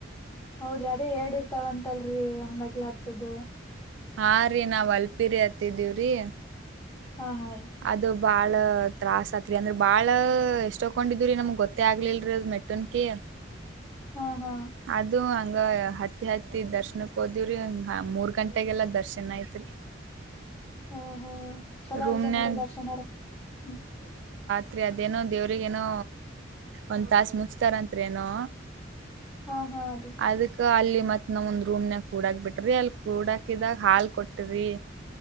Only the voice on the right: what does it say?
ಹಾ ರೀ ನಾವ್ ಅಲ್ಪಿರಿ ಹತ್ತಿದೀವ್ರಿ
ಅದು ಬಾಳ ತತ್ರಾಸ್ ಆತ್ರಿ ಅಂದ್ರ ಬಾಳ ಎಷ್ಟ ತಕೊಂಡಿದವರಿ ನಮ್ಗ್ ಗೊತ್ತೇ ಆಗ್ಲಿಲ್ರರಿ ಅದ್ ಮೆಟ್ಟನ್ಕಿ
ಅದು ಹಂಗ ಹತ್ತಿ ಹತ್ತಿ ದರ್ಶನಕ್ ಹೋದಿವವ್ರಿ ಹ ಮೂರ್ ಗಂಟೆಗೆಲ್ಲ ದರ್ಶನ್ ಐತ್ರಿ
ರೂಮ್ನಾಗ
ತ್ರಿ ಅದೇನೋ ದೇವ್ರಗ ಏನೋ ಒಂದ್ ತಾಸ ಮುಚ್ತಾರತ್ರಿ ಏನೋ
ಅದಕ್ಕ ಅಲ್ಲಿ ಮತ್ ನಾವ್ ಒಂದ್ ರೂಮ್ ನ ಕೂಡಾಕ್ ಬಿಟ್ರಿ ಅಲ್ಲಿ ಕೂಡಾಕಿದಾಗ ಹಾಲ್ ಕೊಟ್ರಿ